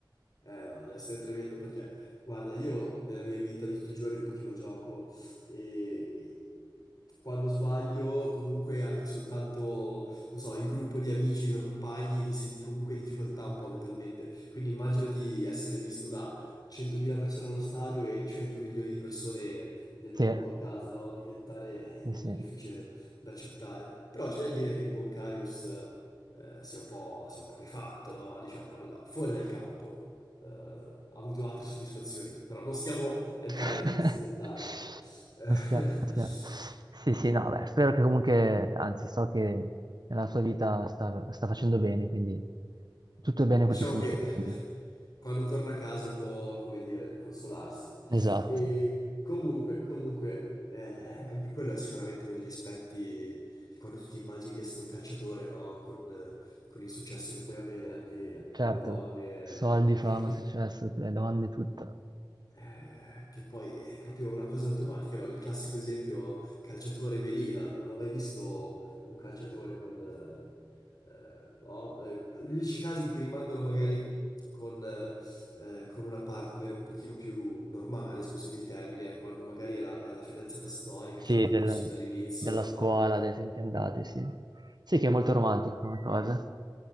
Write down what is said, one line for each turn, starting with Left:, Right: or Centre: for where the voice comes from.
Left: Eh no, deve essere tremendo perché, guarda, io nella mia vita di tutti i giorni un pochino gioco e, e quando sbaglio, comunque anche soltanto, non so, il gruppo di amici, i tuoi compagni, ti senti comunque in difficoltà un po' mentalmente. Quindi immaginati essere visto da 100.000 persone allo stadio e 100 milioni di persone nel
Right: Sì,
Left: mondo a casa, no? Diventare è
Right: sì,
Left: molto
Right: sì.
Left: difficile da accettare. Però c'è da dire che il buon Karius... eh, si è un po', si è un po' rifatto, no? Diciamo, allora, fuori dal campo eh, ha avuto altre soddisfazioni, però non stiamo a entrare
Right: <laughs>
Left: in questi dettagli. <laughs>
Right: Non stiamo, non stiamo.
Left: Eh,
Right: Sì, sì, no, beh, spero che comunque, anzi, so che nella sua vita sta, sta facendo bene, quindi tutto è bene
Left: diciamo
Right: quel che finisce
Left: che
Right: bene.
Left: quando torna a casa può, come dire, consolarsi.
Right: Esatto,
Left: E comunque, comunque eh, anche quello è sicuramente uno degli aspetti che quando tu ti immagini di essere un calciatore, no? Con, eh, con il successo che puoi avere anche, anche
Right: certo,
Left: con le donne,
Right: soldi, fama,
Left: eh, tu
Right: successo, le donne, tutto.
Left: Eh, che poi è proprio una cosa automatica, no? Il classico esempio calciatore velina. Non ho mai visto un calciatore con... eh, eh, no? Eh, gli unici casi in cui rimangono magari con, eh, eh, con una partner un pochino più normale, scusami il termine, è quando magari è la, è la fidanzata storica
Right: Sì,
Left: che hanno avuto
Right: del-
Left: sin dall'inizio.
Right: della scuola,
Left: eh.
Right: ad esempio, andate, sì. Sì, che è molto romantico come cosa.